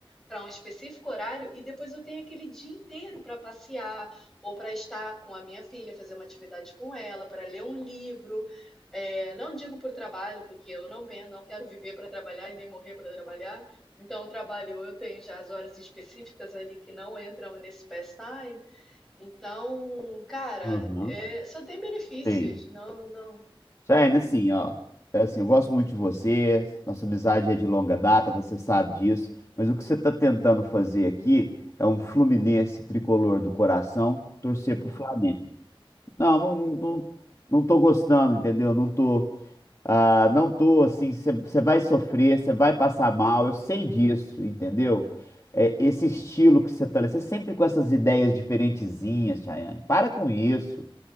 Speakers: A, in the centre; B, on the left.
A: para um específico horário e depois eu tenho aquele dia inteiro para passear ou para estar com a minha filha, fazer uma atividade com ela, para ler um livro. É, não digo por trabalho, porque eu não, pen- não quero viver para trabalhar e nem morrer para trabalhar. Então, o trabalho eu tenho já as horas específicas ali que não entram nesse pastime. Então, cara,
B: Aham,
A: é, só tem benefícios.
B: tem.
A: Não, não,
B: Jaiane,
A: não.
B: assim, ó, é assim, eu gosto muito de você, nossa amizade é de longa data, você sabe disso, mas o que você está tentando fazer aqui é um Fluminense tricolor do coração torcer pro Flamengo. Não, não, não, não, não tô gostando, entendeu? Não tô, ah, não tô assim, você vai sofrer, você vai passar mal, eu sei disso, entendeu? É, esse estilo que você tá, você sempre com essas ideias diferentezinhas, Chayane, para com isso.